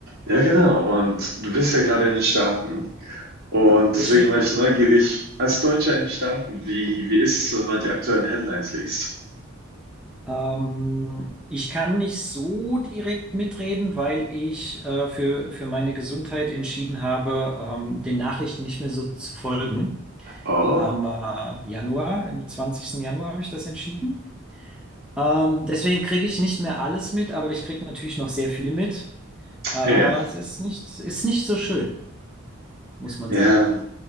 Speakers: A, on the right; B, in the centre.
A: Ja, genau. Und du bist ja gerade in den Staaten. Und
B: Richtig.
A: deswegen war ich neugierig, als Deutscher in den Staaten, wie, wie ist es, so, wenn man die aktuellen Headlines liest?
B: Ähm, ich kann nicht so direkt mitreden, weil ich äh, für, für meine Gesundheit entschieden habe, ähm, den Nachrichten nicht mehr so zu folgen.
A: Oh,
B: Am äh, Januar, im zwanzigsten Januar habe ich das entschieden. Ähm, deswegen kriege ich nicht mehr alles mit, aber ich kriege natürlich noch sehr viel mit. Äh,
A: ja.
B: es ist nicht, ist nicht so schön, muss man
A: Ja,
B: sagen.